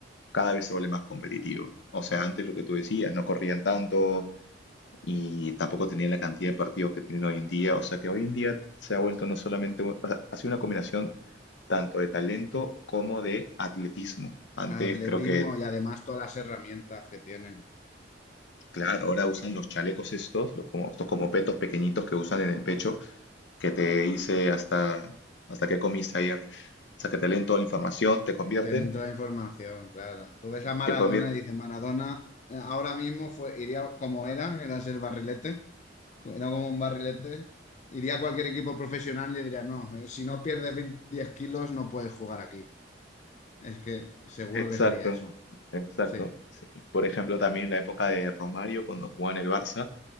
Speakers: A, on the left; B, on the left.
A: cada vez se vuelve más competitivo. O sea, antes lo que tú decías, no corrían tanto, y tampoco tenía la cantidad de partidos que tienen hoy en día. O sea que hoy en día se ha vuelto no solamente, un- o sea, ha sido una combinación tanto de talento como de atletismo. Antes
B: Atletismo
A: creo que,
B: y además todas las herramientas que tienen.
A: claro, ahora usan los chalecos estos, los como, estos como petos pequeñitos que usan en el pecho,
B: Sí.
A: que te dice hasta, hasta qué comiste ayer. O sea que te leen toda la información, te convierten,
B: Tienen toda la información, claro. Tú ves a Maradona
A: te convierten.
B: y dices, Maradona eh, ahora mismo fue, iría como era, era ser barrilete, era como un barrilete. Iría a cualquier equipo profesional y le diría, no, eh, si no pierdes 20 10 kilos no puedes jugar aquí. Es que seguro
A: Exacto,
B: que sería eso.
A: exacto.
B: Sí,
A: Por ejemplo, también la época de Romario cuando jugaba en el Barça